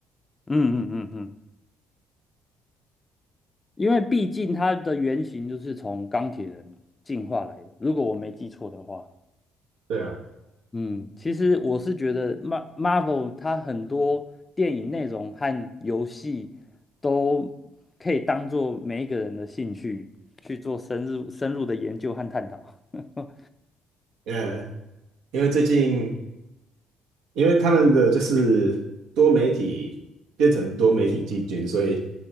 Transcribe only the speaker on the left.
嗯嗯嗯嗯，因为毕竟他的原型就是从钢铁人进化来的，如果我没记错的话。
嗯，其实我是觉得 Mar Marvel 它很多电影内容和游戏都可以当做每一个人的兴趣去做深入深入的研究和探讨。<laughs>